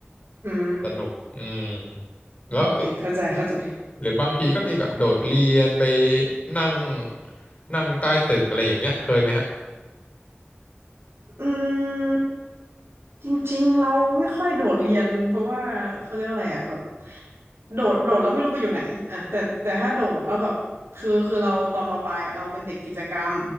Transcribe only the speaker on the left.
เอาสนุกอืม
แล้วหรือบางทีก็มีแบบโดดเรียนไปนั่งนั่งใต้ตึกอะไรอย่างเงี้ยเคยไหมฮะ